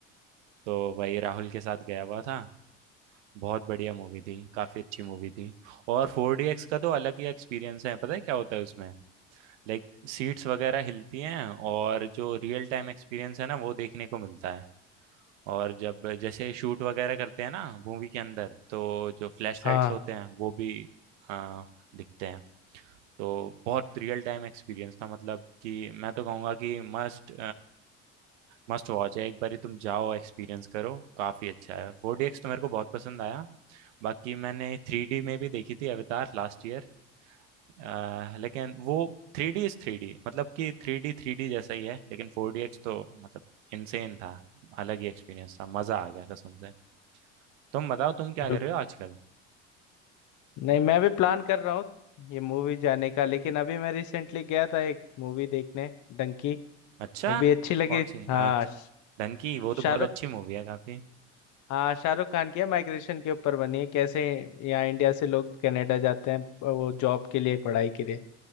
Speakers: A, on the right; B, on the left.
A: तो वही राहुल के साथ गया हुआ था बहुत बढ़िया मूवी थी काफ़ी अच्छी मूवी थी और फोर डी एक्स का तो अलग ही एक्सपीरियंस है पता है क्या होता है उसमें लाइक सीट्स वगैरह हिलती हैं और जो रियल टाइम एक्सपीरियंस है ना वो देखने को मिलता है और जब जैसे शूट वगैरह करते हैं ना मूवी के अंदर तो जो फ्लैश
B: हाँ
A: लाइट्स होते हैं वो भी आ, दिखते हैं तो बहुत रियल टाइम एक्सपीरियंस था मतलब कि मैं तो कहूँगा कि मस्ट मस्ट वॉच है एक बार तुम जाओ एक्सपीरियंस करो काफ़ी अच्छा है फोर डी एक्स तो मेरे को बहुत पसंद आया बाकी मैंने थ्री डी में भी देखी थी अवतार लास्ट ईयर अह, लेकिन वो three D is three D मतलब कि थ्री डी थ्री डी जैसा ही है लेकिन फोर डी एक्स तो मतलब इनसेन था अलग ही एक्सपीरियंस था मजा आ गया कसम से तुम बताओ तुम क्या
B: बिल्कुल
A: कर रहे हो आजकल
B: नहीं मैं भी प्लान कर रहा हूँ ये मूवी जाने का लेकिन अभी मैं रिसेंटली गया था एक मूवी देखने डंकी
A: अच्छा
B: वो भी अच्छी लगी
A: कौन सी
B: हाँ
A: अच्छ-
B: श-
A: डंकी वो तो
B: शाहरुख
A: बहुत अच्छी मूवी है काफी
B: हाँ शाहरुख खान की है माइग्रेशन के ऊपर बनी है कैसे यहाँ इंडिया से लोग कनाडा जाते हैं अ, वो जॉब के लिए पढ़ाई के लिए